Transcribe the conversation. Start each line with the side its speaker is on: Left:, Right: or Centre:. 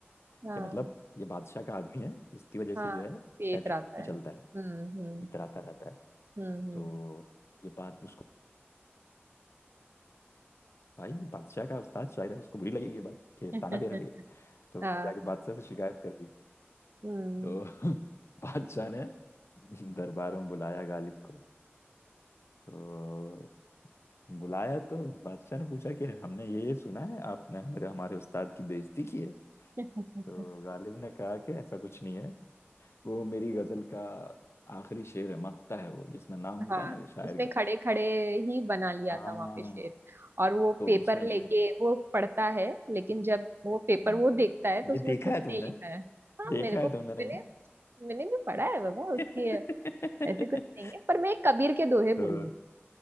Right: हाँ
Left: क्या मतलब ये बादशाह का आदमी है इसकी वजह से
Right: हाँ
Left: जो है
Right: पेट
Left: एटीट्यूड
Right: रहता
Left: में
Right: है
Left: चलता
Right: हम्म
Left: है
Right: हम्म
Left: इतराता रहता है
Right: हम्म हम्म,
Left: तो ये बात उसको भाई बादशाह का उस्ताद शायर है उसको बुरी लगेगी ये बात कि
Right: <laughs>
Left: ताना दे रहा है ये तो उसने
Right: हाँ
Left: जाके बादशाह से शिकायत कर दी
Right: हम्म
Left: तो <laughs> बादशाह ने दरबार में बुलाया गालिब को तो बुलाया तो बादशाह ने पूछा कि हमने ये ये सुना है आपने हमारे हमारे उस्ताद की बेइज्जती की है
Right: <laughs>
Left: तो गालिब ने कहा कि ऐसा कुछ नहीं है वो मेरी गजल का आखिरी शेर है मक्ता है वो जिसमें नाम होता
Right: हाँ
Left: है ना शायर
Right: उसने
Left: का
Right: खड़े खड़े ही बना लिया
Left: हाँ
Right: था वहां पे शेर और वो
Left: तो
Right: पेपर
Left: उसने
Right: लेके
Left: वो
Right: वो पढ़ता है लेकिन जब वो पेपर
Left: हम्म,
Right: वो देखता है तो उसमें
Left: ये देखा
Right: कुछ
Left: है तुमने
Right: नहीं लिखा है हाँ
Left: देखा
Right: मेरे को
Left: है तुमने नहीं
Right: मैंने मैंने भी पढ़ा है बाबा उसकी
Left: <laughs>
Right: ऐसे कुछ नहीं है पर मैं कबीर के दोहे बोलूंगी
Left: तो